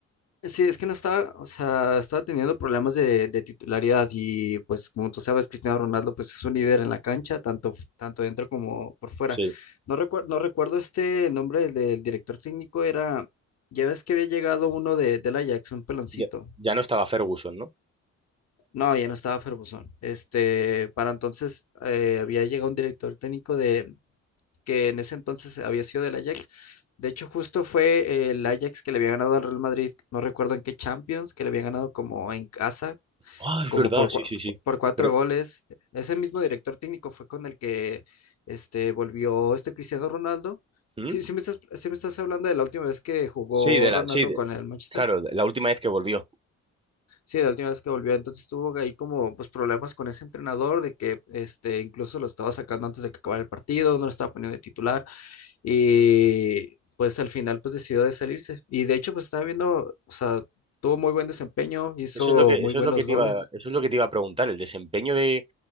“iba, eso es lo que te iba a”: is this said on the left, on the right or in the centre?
Right